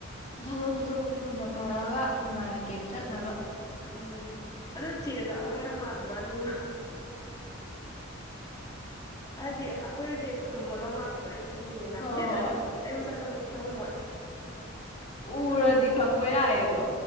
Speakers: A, on the left (about 35°); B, on the left (about 20°).
A: ꯊꯥꯊꯣꯛ ꯊꯥꯣꯛ ꯊꯨꯅ ꯐꯔꯒ ꯅꯨꯡꯉꯥꯏꯅ ꯒꯦꯝ ꯆꯠꯅꯕ
B: ꯎꯝ ꯑꯗꯣ ꯆꯦꯗꯣ ꯑꯉꯥꯡ ꯌꯥꯝ ꯃꯥꯟꯕ ꯋꯥꯅꯤꯉꯣ ꯑꯗꯨꯗꯤ ꯑꯩꯈꯣꯏ ꯕꯦꯠꯁꯀꯨꯝꯕꯒ ꯃꯜꯂꯨꯕꯗꯣ ꯑꯩꯅ ꯌꯦꯡꯕ ꯀꯥꯟꯗ
A: ꯍꯣꯏ
B: ꯆꯦꯗꯣ
A: ꯍꯣꯏ
B: ꯑꯩ ꯃꯁꯛ ꯑꯩ ꯃꯁꯛ ꯈꯪ ꯈꯪꯉꯝꯃꯣꯏ
A: ꯎꯔꯗꯤ
B: ꯈꯪꯕ꯭ꯔ
A: ꯈꯪꯕ ꯌꯥꯏꯌꯦ ꯑꯗꯣ